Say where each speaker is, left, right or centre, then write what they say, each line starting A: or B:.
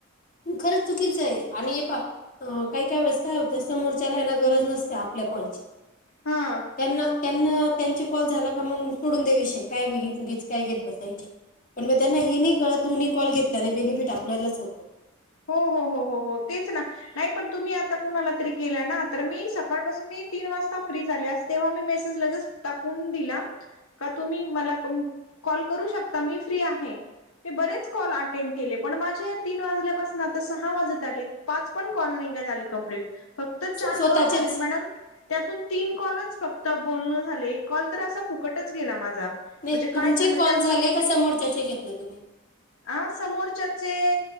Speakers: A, on the left; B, on the left.
A: खरंच चुकीचं आहे आणि हे पा अ काही, काही काय वेळेस काय होतय समोरच्याला गरज नसते आपल्या काॅलची
B: हा
A: त्यांना त्यांना त्यांचे कॉल झाला का मग सोडून दे विषय काय उगीच काय घेत बसायचे पण मग त्यांना हे नाही कळत दोन्ही कॉल घेतल्याने बेनिफिट आपल्यालाच होतो
B: हो, हो, हो, हो हो तेच ना नाही पण तुम्ही आता कुणाला तरी केलं ना तर मी सकाळपासून मी तीन वाजता फ्री झाली तेव्हा मी मेसेज लगेच टाकून दिला तुम्ही मला कॉल करू शकता मी फ्री आहे म बरेच कॉल अटेंड केले पण माझे तीन वाजल्यापासून आता सहा वाजत आली पाच पण कॉल नाही का झाली कंप्लीट फक्त चार
A: स्वतःचेच
B: कॉल झालेत मॅडम त्यातून तीन कॉलच फक्त बोलणं झाले एक कॉल तर असा फुकटच गेला माझा म्हणजे
A: नाही तुमचे
B: काय झालं
A: कॉल
B: त्यांचा
A: झाले का समोरच्याचे घेतला तुम्ही
B: आ समोरच्याचे